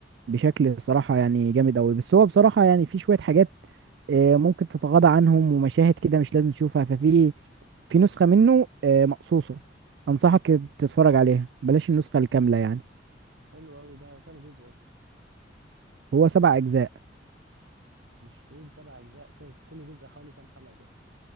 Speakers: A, on the right; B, on the right.
A: بشكل صراحة يعني جامد أوي بس هو بصراحة يعني في شوية حاجات آه، ممكن تتغاضى عنهم ومشاهد كده مش لازم تشوفها ففي في نسخة منه آه، مقصوصة أنصحك تتفرج عليها بلاش النسخة الكاملة يعني
B: حلو قوي ده هو كام جزء يا اسطى
A: هو سبع أجزاء
B: مش طويل سبع اجزاء ك- كل جزء حوالي كام حلقه كده